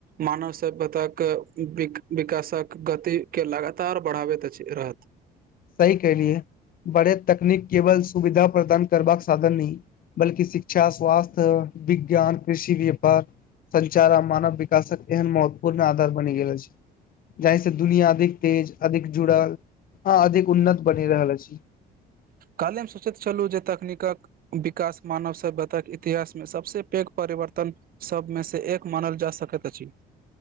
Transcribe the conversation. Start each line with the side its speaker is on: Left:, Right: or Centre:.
Right: मानव सभ्यताक विकासक गति के लगातार बढ़ाबैत रहत।
Left: सही कलियै बड़े तकनीक केवल सुविधा प्रदान करबाक साधन नहि बल्कि शिक्षा स्वास्थ्य विज्ञान कृषि व्यापार संचार आ मानव विकासक एहन महत्वपूर्ण आधार बनि गेल अछि जहि से दुनिया अधिक तेज अधिक जुड़ल ह अधिक उन्नत बनि रहल अछि।
Right: काल्हिे मे सोचैत छलहुँ जे तकनीकक विकास मानव सभ्यतााक इतिहासमे सबसे पैघ परिवर्तन सबमे से एक मानल जा सकैत अछि।